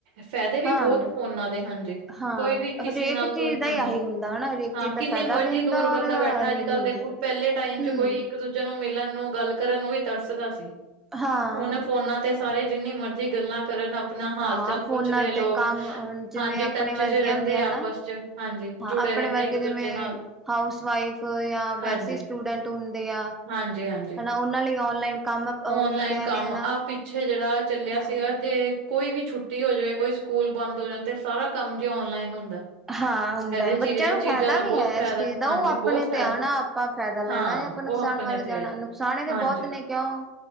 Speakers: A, on the right (about 70°); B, in the centre.
A: ਫਾਇਦੇ ਵੀ
B: ਹਾਂ
A: ਬਹੁਤ ਫੋਨਾਂ ਦੇ ਹਾਂਜੀ,
B: ਹਾਂ
A: ਕੋਈ ਵੀ ਕਿਸੇ
B: ਹਰੇਕ
A: ਨਾਲ
B: ਚੀਜ਼
A: ਕੋਈ
B: ਦਾ
A: ਹਾਂਜੀ
B: ਹੀ ਆਹੀ ਹੁੰਦਾ ਹਨਾ ਹਰੇਕ
A: ਹਾਂ,
B: ਚੀਜ਼ ਦਾ
A: ਕਿੰਨੀ
B: ਫਾਇਦਾ
A: ਮਰਜ਼ੀ
B: ਵੀ ਹੁੰਦਾ
A: ਦੂਰ ਬੰਦਾ
B: ਔਰ ਉਹਦਾ
A: ਬੈਠਾ
B: ਹਾਨੀ
A: ਅੱਜ-ਕੱਲ
B: ਵੀ ਹੁੰਦੀ
A: ਦੇਖੋ,
B: ਹੈ।
A: ਪੈਲੇ ਟਾਈਮ
B: ਹੂੰ
A: ਚ ਕੋਈ ਇੱਕ ਦੂਜੇ ਨੂੰ ਮਿਲਣ ਨੂੰ, ਗੱਲ ਕਰਨ ਨੂੰ ਵੀ ਤਰਸਦਾ ਸੀ
B: ਹਾਂ
A: ਹੁਣ ਫੋਨਾਂ ਤੇ ਸਾਰੇ ਜਿੰਨੀ ਮਰਜ਼ੀ ਗੱਲਾਂ ਕਰਨ ਆਪ ਆਪਣਾ ਹਾਲ
B: ਹਾਂ
A: ਚਾਲ
B: ਫੋਨਾਂ
A: ਪੁੱਛਦੇ ਲੋਗ,
B: ਤੇ ਕੰਮ ਹੁਣ ਜਿਵੇਂ
A: ਹਾਂਜੀ
B: ਆਪਣੇ
A: ਟੱਚ
B: ਵਰਗੀਆਂ
A: ਚ ਰੇਨਦੇ
B: ਹੁੰਦੀਆਂ
A: ਆ
B: ਹਨਾ
A: ਆਪਸ ਚ ਹਾਂਜੀ,
B: ਹਾਂ
A: ਜੁੜੇ
B: ਆਪਣੇ
A: ਰਹਿੰਦੇ
B: ਵਰਗੇ
A: ਇੱਕ
B: ਜਿਵੇਂ
A: ਦੂਜੇ ਨਾਲ
B: ਹਾਊਸ ਵਾਈਫ ਯਾ ਵੈਸੇ
A: ਹਾਂਜੀ,
B: ਈ ਸਟੂਡੈਂਟ ਹੁੰਦੇ ਆ।
A: ਹਾਂਜੀ ਹਾਂਜੀ
B: ਹਨਾ ਉਹਨਾਂ ਲਈ ਔਨਲਾਈਨ ਕੰਮ
A: ਓਨਲਾਈਨ
B: ਉਹ ਕੀਤਿਆਂ
A: ਕੰਮ
B: ਨੇ ਹਨਾ
A: ਆਹ ਪਿੱਛੇ ਜਿਹੜਾ ਚੱਲਿਆ
B: ਹਾਂ
A: ਸੀਗਾ ਤੇ ਕੋਈ ਵੀ ਛੁੱਟੀ ਹੋ ਜਾਵੇ, ਕੋਈ ਸਕੂਲ ਬੰਦ ਹੋ ਜਾਣ ਤੇ ਸਾਰਾ ਕੰਮ ਜ ਨਲਾਈਨ ਹੁੰਦਾ।
B: ਹਾਂ ਹੁੰਦਾ
A: ਇਹਦੇ
B: ਹੈ ਬੱਚਿਆਂ
A: ਚੀਜ਼ ਇਹ
B: ਨੂੰ ਫਾਇਦਾ
A: ਚੀਜ਼ਾਂ ਦਾ
B: ਵੀ
A: ਬਹੁਤ
B: ਹੈ
A: ਫਾਇਦਾ
B: ਇਸ ਚੀਜ਼ ਦਊ
A: ਹਾਂਜੀ
B: ਆਪਣੇ
A: ਬਹੁਤ ਫਾਇਦਾ
B: ਤੇ ਆਉਣਾ ਆਪਾਂ ਫਾਇਦਾ ਲੈਣਾ
A: ਹਾਂ
B: ਹੈ ਆਪਾਂ ਨੁਕਸਾਨ
A: ਉਹ ਆਪਣੇ
B: ਵੱਲ
A: ਤੇ
B: ਜਾਣਾ
A: ਹੈ ਜੀ।
B: ਨੁਕਸਾਨ ਇਹ ਤੇ
A: ਹਾਂਜੀ
B: ਬਹੁਤ ਨੇ ਕਿਉਂ